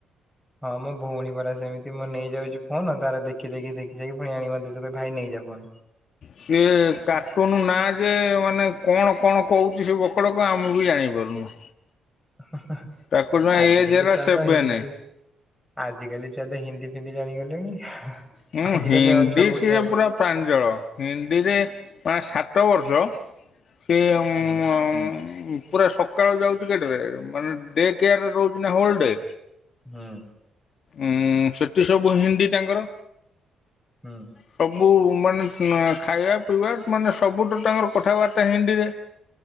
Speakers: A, in the centre; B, on the left (about 55°).
A: ହଁ ମୋ ଭଉଣୀ ପରା ସେମିତି ମାନେ ନେଇଯାଉଛି ଫୋନ ତାର ଦେଖି ଦେଖି ଦେଖି ଆଣି ପୁଣି ଆଣିବ ଭାଇ ନେଇ ଜିଆ ଫୋନ୍
B: ସେ କାର୍ଟୁନ ନାଁ ଯେ ମାନେ କଣ କଣ କହୁଛି ସେ ବକଡକ ଆମେ ବି ଜାଣିପାରୁନୁ।
A: ଆଁ
B: ତାକୁ ଜମା
A: ଆଜିିକାଲିକା
B: ଏଜ୍ ହେଲା
A: ଛୁଆ
B: ସେଭେନେ।
A: ତ ଏମିତି ଆଜି କାଲି ଛୁଆତ ହିନ୍ଦୀ ଫିନ୍ଦି ଜାଣିଗଲେଣି।
B: ହୁଁ
A: ଆଜିକାଲି
B: ହିନ୍ଦୀ
A: ଆଉ ଛୁଆ ଓଡିଆ
B: ସିଏ
A: ଘ
B: ପୁରା ପ୍ରାଞ୍ଜଳ ହିନ୍ଦୀରେ ପାଁ ସାତ ବର୍ଷ ସେ ଅଁ
A: ହୁଁ
B: ପୁରା ସକାଳୁ ଯାଉଚି କେତେଏଳେ ମାନେ ଡେ କେୟାର୍ ରହୁଚି ନା ହୋଲଡେ।
A: ହୁଁ।
B: ଉଁ ସେଠି ସବୁ ହିନ୍ଦୀ ତାଙ୍କର
A: ହୁଁ
B: ସବୁ ମାନେ ଆଁ ଖାଇବା ପିଇବା ମାନେ ସବୁତ ତାଙ୍କର କଥାବାର୍ତ୍ତା ହିନ୍ଦୀରେ